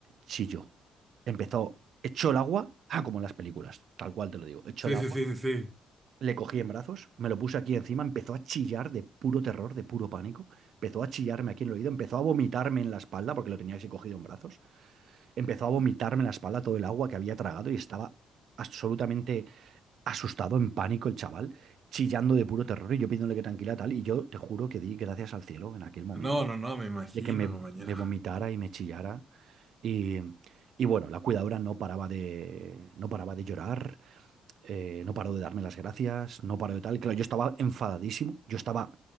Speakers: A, on the right; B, on the right.
A: chilló. Empezó, echó el agua, ah, como en las películas, tal cual te lo digo, echó
B: Sí,
A: el agua.
B: sí, sí, sí, sí.
A: Le cogí en brazos, me lo puse aquí encima, empezó a chillar de puro terror, de puro pánico. Empezó a chillarme aquí en el oído, empezó a vomitarme en la espalda, porque lo tenía así cogido en brazos. Empezó a vomitarme en la espalda todo el agua que había tragado y estaba absolutamente asustado, en pánico el chaval, chillando de puro terror y yo pidiéndole que tranquila tal. Y yo te juro que di gracias al cielo en aquel momento
B: No, no, no, me imagino,
A: de que me,
B: compañero.
A: me vomitara y me chillara. Y, y bueno, la cuidadora no paraba de, no paraba de llorar, eh, no paró de darme las gracias, no paró de tal. Claro, yo estaba enfadadísimo, yo estaba